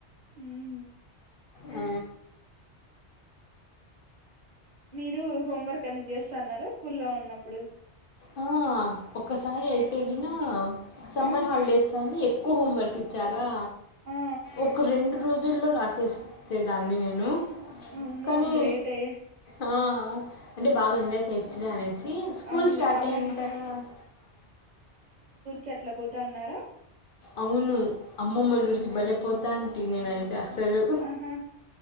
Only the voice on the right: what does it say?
ఉమ్
మీరు హోంవర్క్ అన్ని చేస్తన్నార స్కూల్లో ఉన్నప్పుడు
ఆ
ఆ
అమ్మ
గ్రేట్ యే
అవునులే
అమ్మమ్
కట్లకి పోతా అన్నారా
ఆహా